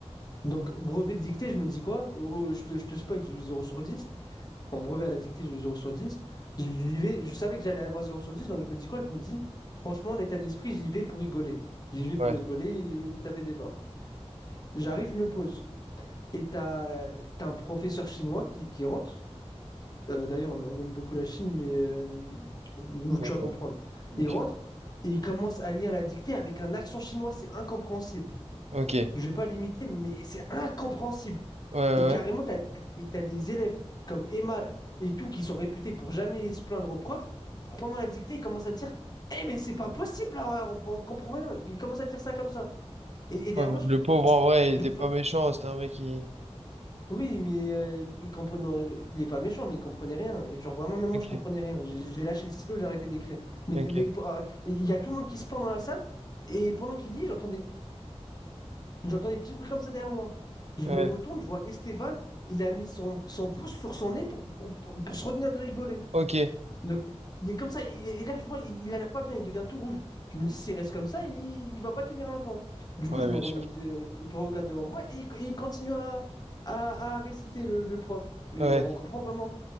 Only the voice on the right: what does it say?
Ouais.
Ouais,
ouais.
Ok.
Ok. Ouais,
ouais. ouais.
Ouais, mais
Le pauvre, en vrai, il
était pas méchant, c'était un mec qui...
Ok.
Ok.
Ouais.
Ok.
Ouais,
bien
sûr.
Ouais.